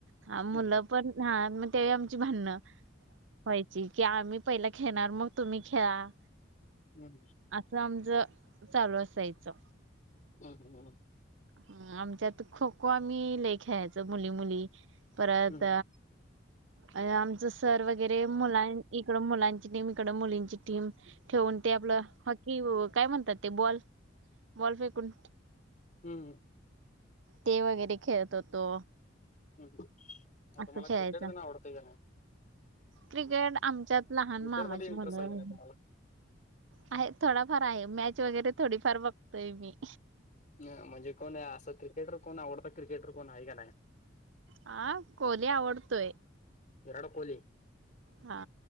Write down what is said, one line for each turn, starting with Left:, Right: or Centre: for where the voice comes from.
Right: हा मुलं
Left: हम्म
Right: पण हा ते आमची भांडण व्हायची की, आम्ही पहिलं खेळणार मग तुम्ही खेळा.
Left: हूं.. हूं..
Right: असं आमचं चालू असायचं.
Left: हम हं
Right: ह आमच्यात खो खो आम्ही ले खेळायचं मुली- मुली परत,
Left: हम्म
Right: अ आमचं सर वगैरे मुलां इकड मुलांची टीम, इकडं मुलींची टीम. ठेवून ते आपलं हॉकी काय म्हणतात ते बॉल -बॉल फेकून?
Left: हूं..
Right: ते वगैरे खेळत होतो.
Left: हम्म. मग
Right: असं
Left: तुम्हाला
Right: खेळायचं,
Left: क्रिकेट तेन आवडतंय का नाही?
Right: क्रिकेट आमच्यात लहान
Left: क्रिकेटमध्ये
Right: मामाची
Left: इंटरेस्ट
Right: मुलं
Left: आहे का नाही तुम्हाला?
Right: आहे थोडाफार आहे, मॅच वगैरे थोडीफार बघतोय मी.
Left: ज्ञ म्हणजे कोण आहे असं ते? क्रिकेटर कोण आवडता क्रिकेटर कोण आहे का नाही?
Right: हा कोली आवडतोय.
Left: विराड कोली.
Right: हा